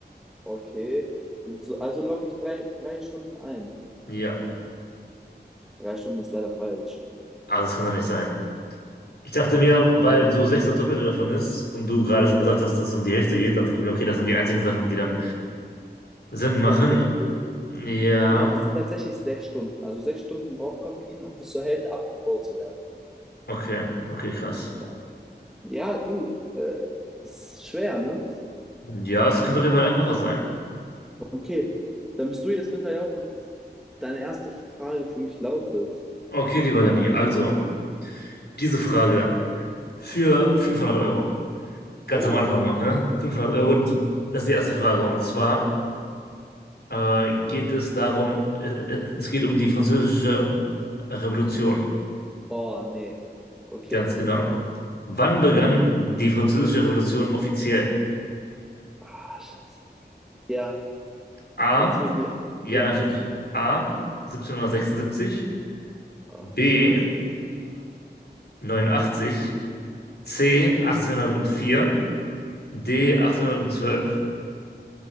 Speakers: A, in the centre; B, on the left.
A: Okay, also, also logge ich drei, drei Stunden ein.
B: Ja,
A: Drei Stunden ist leider falsch.
B: ah, das kann doch nicht sein. Ich dachte mir, weil so sechs das Doppelte davon ist und du gerade schon
A: Ja,
B: gesagt hast, dass es um die Hälfte geht, dachte ich mir, okay, das sind die einzigen Sachen, die dann Sinn
A: den
B: machen.
A: Sinn ergeben.
B: Ja,
A: Nee, es sind tatsächlich sechs Stunden. Also sechs Stunden braucht Koffein, um bis zur Hälfte abgebaut zu werden.
B: okay, okay, krass.
A: Ja, ja du, äh, ist schwer, ne?
B: Ja, es könnte auf jeden Fall einfacher sein.
A: Okay, dann bist du jetzt Günther Jauch und deine erste Frage für mich lautet:
B: Okay, lieber Danny, also diese Frage für 500 Euro. Ganz
A: Oh,
B: am Anfang noch, ne?
A: okay.
B: 500 Euro, das ist die erste Frage. Und zwar äh, geht es darum, äh, äh, es geht um die Französische Revolution.
A: oh, nee, okay.
B: Ganz genau. Wann begann die Französische Revolution offiziell?
A: Ah, scheiße. Ja,
B: A,
A: kannst du mir die.
B: ja,
A: Ja,
B: natürlich. A, 1776,
A: ah,
B: B,
A: scheiße.
B: 1789, C, 1804, D, 1812.